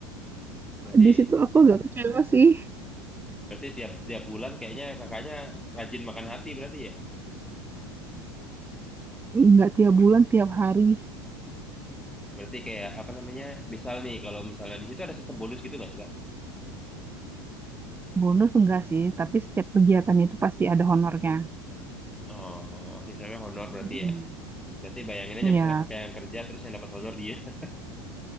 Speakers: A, in the centre; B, on the right.
A: Berarti
B: Di situ aku agak kecewa sih.
A: berarti tiap tiap bulan kayaknya kakaknya rajin makan hati berarti ya.
B: Nggak tiap bulan, tiap hari.
A: Berarti kayak apa namanya? Misal nih kalau misalnya di situ ada sistem bonus gitu nggak sih Kak?
B: Bonus enggak sih, tapi setiap kegiatan itu pasti ada honornya.
A: Oh, misalnya honor berarti
B: Mm-mm.
A: ya. Berarti bayangin aja
B: Iya,
A: misalnya kakak yang kerja terus yang dapat honor dia. <laughs>